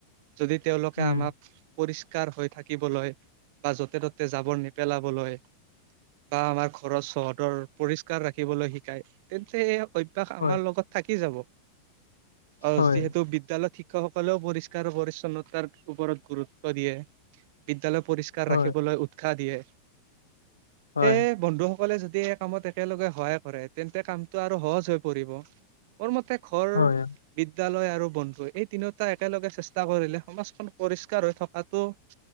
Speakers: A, on the right; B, on the left.
A: যদি তেওঁলোকে
B: উম
A: আমাক- পৰিষ্কাৰ হৈ থাকিবলৈ বা য'তে ত'তে জাবৰ নেপেলাবলৈ- বা আমাৰ ঘৰৰ চৌহদৰ পৰিস্কাৰ ৰাখিবলৈ শিকাই তেন্তে, এই অভ্যাস আমাৰ
B: হয়
A: লগত- থাকি যাব, আৰু
B: হয়
A: যিহেতু বিদ্যালয়ত শিক- শিক্ষকসকলেও পৰিষ্কাৰ পৰিচ্ছন্নতাৰ ওপৰত গুৰুত্ব দিয়ে, বিদ্যালয় পৰিষ্কা- স্কাৰ
B: হয়
A: ৰাখিবলৈ উৎসাহ দিয়ে।
B: হয়
A: সেইয়ে বন্ধুসকলে যদি এই কামত একেলগে সহায় কৰে তেন্তে, কামটো আৰু সহজ হৈ পৰিব। মোৰ মতে ঘৰ-
B: হয়
A: বিদ্যালয় আৰু বন্ধু এই তিনিওটা একেলগে চেষ্টা কৰিলে সমাজখন পৰিষ্কাৰ হৈ থকাটো-